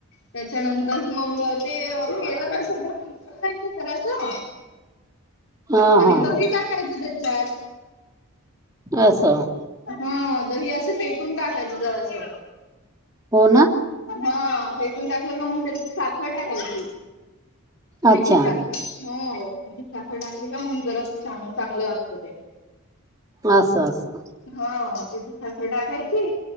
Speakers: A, on the left; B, on the right.
A: त्याच्यानंतर मग ते केलं कसं ग? <unintelligible> जरासं.
B: हा
A: आणि
B: हा
A: दही टाकायची त्याच्यात.
B: असं.
A: हा दही असं फेटून टाकायच जरासं.
B: हो ना
A: हा फेटून टाकलं म्हणून त्याच्यात साखर टाकायची.
B: अच्छा
A: पिठी साखर हो. तिची साखर टाकली का मग जरासं चांग-चांगलं लागतं ते.
B: असं, असं.
A: हा त्याच्यात साखर टाकायची.